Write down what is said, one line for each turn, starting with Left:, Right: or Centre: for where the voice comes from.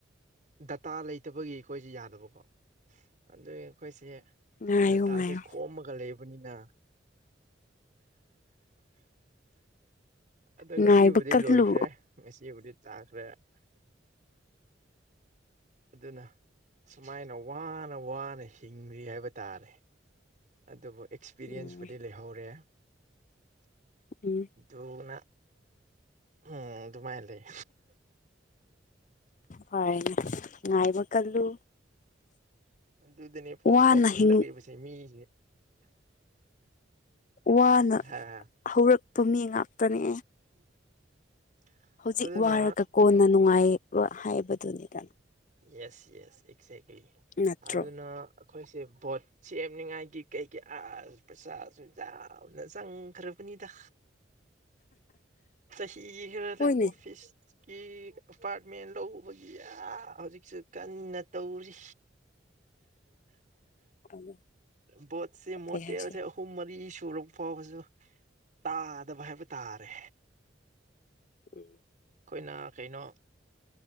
Right: ꯗꯇꯥ ꯂꯩ ꯍꯠꯇꯕꯒꯤ ꯑꯩꯈꯣꯏꯁꯦ ꯌꯥꯗꯕꯀꯣ ꯑꯗꯨ ꯑꯩꯈꯣꯏꯁꯦ
Left: ꯉꯥꯏꯌꯣ
Right: ꯗꯇꯥꯁꯦ
Left: ꯉꯥꯏꯌꯣ
Right: ꯀꯣꯝꯃꯒ ꯂꯩꯕꯅꯤꯅ ꯑꯗꯣ ꯉꯁꯤꯕꯨꯗꯤ
Left: ꯉꯥꯏꯕ ꯀꯜꯂꯨ
Right: ꯂꯣꯏꯈ꯭ꯔꯦ ꯉꯁꯤꯕꯨꯗꯤ ꯇꯥꯈ꯭ꯔꯦ ꯑꯗꯨꯅ ꯁꯨꯃꯥꯏꯅ ꯋꯥꯅ ꯋꯥꯅ ꯍꯤꯡꯂꯤ ꯍꯥꯏꯕ ꯇꯥꯔꯦ ꯑꯗꯨꯕꯨ ꯑꯦꯛꯁꯄꯤꯔꯤꯌꯦꯟꯁꯄꯨꯗꯤ
Left: ꯎꯝ
Right: ꯂꯩꯍꯧꯔꯦ
Left: ꯎꯝ
Right: ꯗꯨꯅ ꯎꯝ ꯑꯗꯨꯃꯥꯏꯅ ꯂꯩ
Left: ꯍꯣꯢ ꯉꯥꯏꯕ ꯀꯜꯂꯨ
Right: ꯑꯗꯨꯗꯅꯦ ꯐꯣꯟ
Left: ꯋꯥꯅ
Right: ꯇꯧ
Left: ꯍꯤꯡ
Right: ꯈꯜꯂꯛꯏꯕꯁꯦ ꯃꯤꯁꯦ
Left: ꯋꯥꯅ
Right: ꯍꯥꯏ ꯍꯥꯏ
Left: ꯍꯧꯔꯛꯄ ꯃꯤ ꯉꯥꯛꯇꯅꯦ
Right: ꯎꯝ <inaudible>
Left: ꯍꯧꯖꯤꯛ
Right: ꯑꯗꯨꯅ
Left: ꯋꯥꯔꯒ ꯀꯣꯟꯅ ꯅꯨꯡꯉꯥꯏꯕ ꯍꯥꯏꯕꯗꯨꯅꯤꯗ
Right: ꯌꯦꯁ ꯌꯦꯁ ꯑꯦꯛꯖꯦꯛꯂꯤ
Left: ꯅꯠꯇ꯭ꯔꯣ
Right: ꯑꯗꯨꯅ ꯑꯩꯈꯣꯏꯁꯦ ꯕꯣꯠ ꯁꯦꯝꯅꯤꯡꯉꯥꯏꯒꯤ ꯀꯩꯒꯤ ꯑꯥꯁ ꯄꯩꯁꯥ ꯆꯥꯎꯅ ꯆꯪꯈ꯭ꯔꯕꯅꯤꯗ ꯆꯍꯤ ꯈꯔꯗ
Left: ꯍꯣꯏꯅꯦ
Right: ꯑꯣꯐꯤꯁꯀꯤ ꯑꯦꯄꯥꯔꯠꯃꯦꯟ ꯂꯧꯕꯒꯤ ꯌꯥ ꯍꯧꯖꯤꯛꯁꯨ ꯀꯟꯅ ꯇꯧꯔꯤ
Left: ꯑꯗꯣ
Right: ꯄꯣꯠꯁꯤ ꯃꯣꯗꯦꯜ
Left: ꯀꯩ ꯍꯥꯏꯁꯤꯔꯥ
Right: ꯄꯨꯡ ꯃꯔꯤ ꯁꯨꯔꯕ ꯐꯥꯎꯕꯁꯨ ꯇꯥꯗꯕ ꯍꯥꯏꯕ ꯇꯥꯔꯦ
Left: ꯎꯝ
Right: ꯑꯩꯈꯣꯏꯅ ꯀꯩꯅꯣ